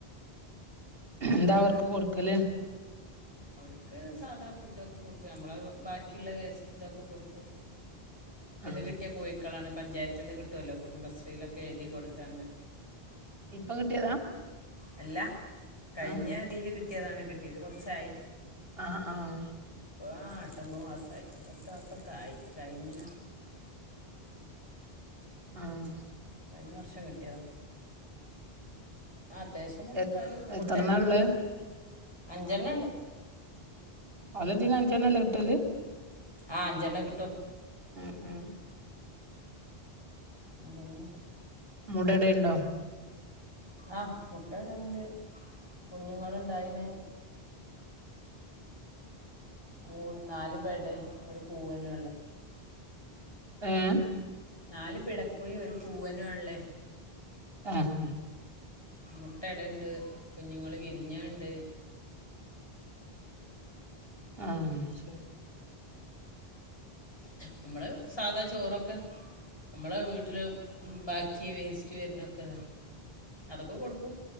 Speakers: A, on the right; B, on the left.
A: എന്താ
B: ഇവിടെ
A: അവർക്ക് കൊടുക്കല് <inaudible>
B: ക്ക് സാധാ ഫുഡൊക്കെ കൊടുക്കും നമ്മള ബാക്കിയുള്ള വേസ്റ്റ് ഇതൊക്കെ കൊടുക്കും
A: ആഹ്
B: കിട്ടിയാ കോയിക്ക് ക്കളാണ് പഞ്ചായത്തിനിന്ന് കിട്ടുമല്ലോ കുടുംബശ്രീയിലൊക്കെ എഴുതി കൊടുത്താണ്ട്.
A: അപ്പം കിട്ടിയതാ
B: അല്ല കഴിഞ്ഞ
A: ആഹ്
B: തിൽ കിട്ടിയതാണ് കിട്ടിയട്ട് കുറച്ചായി
A: ആഹ ആഹ
B: ആട്ടമ്പത് മാസയി പത്ത മാസൊക്കെ ആയി കഴിഞ്ഞ
A: ആഹ
B: കഴിഞ്ഞ വർഷം കിട്ടിയത ആ അത്യാവ്യം വലപ്പമായി
A: എ
B: മുട്ടക്കടുണ്ട്
A: എത്രണ്ണാള്ളെ
B: അഞ്ചെണ്ണ ഉണ്ട്
A: ഓല ദീന് അഞ്ചെണ്ണല്ലേ കിട്ടല്
B: ആഹ് അഞ്ചെണ്ണ കിട്ടും
A: ഉം ഉ
B: അതെന്നട്ടാ
A: മുടടേണ്ടോ
B: ആഹ് മുട്ട ഇടണ്ട് കുഞ്ഞുങ്ങള ഇണ്ടായിന് മൂ നാലു പേടെ ഒരു പൂവേന ഉള്ളത്
A: ഉം...
B: നാല് പിടക്കോയി ഒരു പൂവനും ആഹ് ഇള്ളേ
A: ആഹ് ആഹ്
B: മുട്ട ഇടുണ്ട് കുഞ്ഞുങ്ങള് വിരിഞ്ഞണ്ട്
A: ആഹ് ശരി
B: നമ്മള സാധാ ചോറൊക്കെ നമ്മളെ വീട്ടില് ബാക്കി വേസ്റ്റ് വരുന്നൊക്കെ അതൊക്കെ കൊടുക്കും